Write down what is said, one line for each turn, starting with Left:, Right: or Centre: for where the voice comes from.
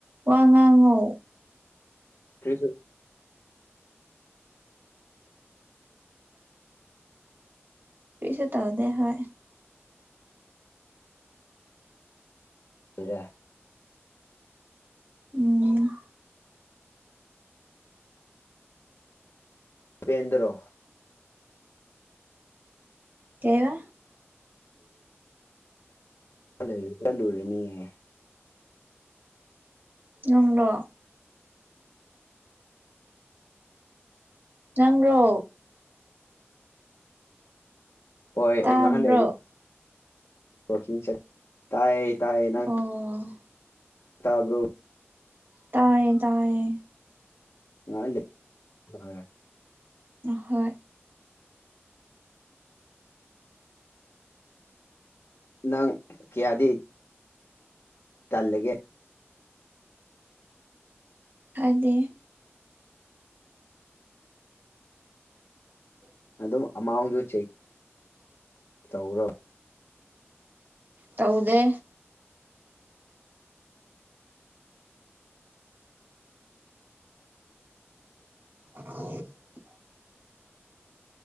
Right: ꯋꯥ ꯉꯥꯡꯉꯣ
Left: ꯍ ꯁꯔ
Right: ꯄꯤꯁꯁꯨ ꯇꯍꯗ ꯍ
Left: ꯈꯔ
Right: ꯎꯝ
Left: ꯄꯦꯟꯗ꯭ꯔꯣ
Right: ꯀꯕ
Left: ꯂꯩꯔꯒ ꯂꯨꯔꯅꯤꯍ
Right: ꯎꯪ꯭ꯔꯣ ꯅꯪ꯭ꯔꯣ
Left: ꯍꯣꯏ ꯑꯩ
Right: ꯇꯥꯕ꯭ꯔꯣ
Left: ꯉꯥꯏꯍꯥꯟ ꯂꯩ ꯋꯥꯡ ꯆ ꯇꯥꯏ ꯇꯥꯑ ꯅꯪ
Right: ꯑꯣ
Left: ꯇꯥꯕ꯭ꯔꯣ
Right: ꯇꯌꯦ ꯇꯌꯦ
Left: ꯉ ꯍ
Right: ꯍꯣꯏ
Left: ꯅꯪ ꯀ꯭ꯌꯥꯗꯤꯠ ꯇꯜꯂꯒꯦ
Right: ꯑꯗ
Left: ꯑꯗꯨꯝ ꯑꯃꯥꯎꯟꯁꯨ ꯆꯩ ꯇꯧꯔꯣ
Right: ꯇꯧꯗꯦ <unintelligible>